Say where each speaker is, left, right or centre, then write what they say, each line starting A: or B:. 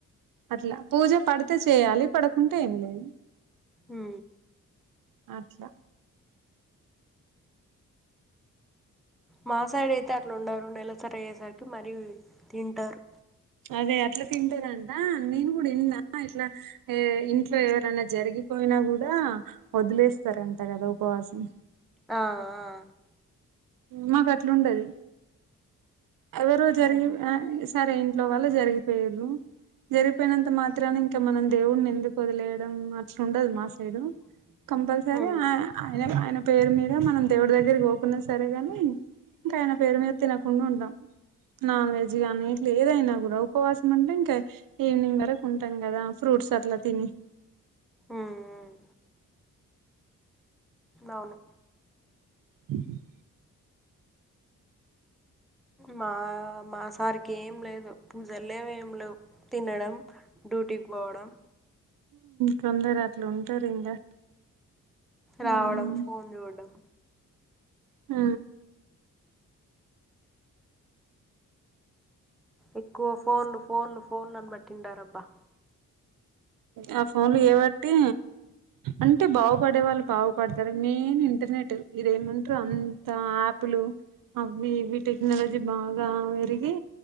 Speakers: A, on the right; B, in the centre.
A: అట్లా పూజపడితే చేయాలి పడకుంటే ఏం లేదు
B: ఉ
A: అట్లా
B: మా సైడ్ అయితే అట్లా ఉండరు నెలసరి అయ్యేసరికి మరీ తింటారు
A: అదే అట్లా తింటారంట నేను కూడా విన్న ఇట్లా ఏ ఇంట్లో ఎవరైనా జరిగిపోయినా కూడా వదిలేస్తారంట కదా ఉపవాసం
B: ఆ ఆ
A: మాకు అట్లా ఉండది అదే రోజు జరిగిన
B: ఆహా
A: సరే ఇంట్లోవాళ్లు జరిగిపోయిరు జరిగిపోయినంత మాత్రన ఇంకా మనం దేవుడిని ఎందుకు వదిలేయడం అట్లు ఉండదు మా సైడ్
B: <unintelligible>
A: కంపల్సరీ
B: ఉమ్ ఉహు
A: ఆ ఆయన ఆయన పేరు మీద మనం దేవుడి దగ్గర పోకున్న సరే సరేగాని ఇంకా ఆయన పేరు మీద తినకుండా ఉంటాం నాన్ వెజ్ గాని ఏదైనా కూడా ఉపవాసం అంటే ఇంకా ఈవినింగ్ వరకు ఉంటాం కదా ఫ్రూట్స్ అట్లా తిని
B: ఉమ్ అవును
A: ఇ <unintelligible>
B: మా మా సారికి ఏంలేదు పూజలేవ ఏంలేవ్ తినడం డ్యూటీకి పోవడం
A: కొందరు అట్లు ఉంటారు ఇంకా
B: రావడం
A: ఉమ్
B: ఫోన్ చూడడం
A: ఉ
B: ఎక్కువ ఫోన్లు ఫోన్లు ఫోన్ అనట్టుంటారు అబ్బా
A: ఆ ఫోన్లు చేయబట్టి అంటే బాగుపడే వాళ్ళు బాగుపడతారు మెయిన్ ఇంటర్నెట్ ఇదేమంటారు అంత ఆ యాపులు అవి ఇవి టెక్నాలజీ బాగా పెరిగి